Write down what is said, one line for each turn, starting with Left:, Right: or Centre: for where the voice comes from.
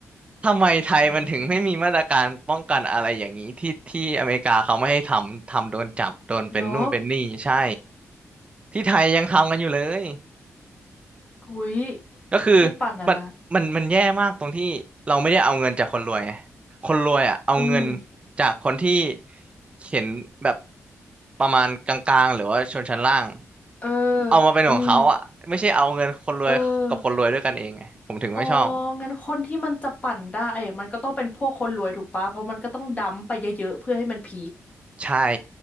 Right: ทำไมไทยมันถึงไม่มีมาตรการป้องกันอะไรอย่างนี้ที่ที่อเมริกาเขาไม่ให้ทำทำโดนจับโดนเป็นนู่นเป็นนี่ใช่
Left: อืมเหรอ
Right: ที่ไทยยังทำกันอยู่เลย
Left: หุย
Right: ก็คือ
Left: ให้ปั่นนะนะ
Right: มันมันมันแย่มากตรงที่เราไม่ได้เอาเงินจากคนรวยไงคนรวยอ่ะเอาเงิน
Left: อืม
Right: จากคนที่เห็นแบบประมาณกลางๆหรือว่าชนชั้นล่าง
Left: เออ
Right: เอามาเป็นของเขาอ่ะไม่ใช่เอาเงินคนรวยกับคนรวยด้วยกันเองไงผมถึงไม่ชอบ
Left: อืม เอออ๋องั้นคนที่มันจะปั่นได้มันก็ต้องเป็นพวกคนรวยถูกปะเพราะมันก็ต้องดัมไปเยอะๆเพื่อให้มันพีค
Right: ใช่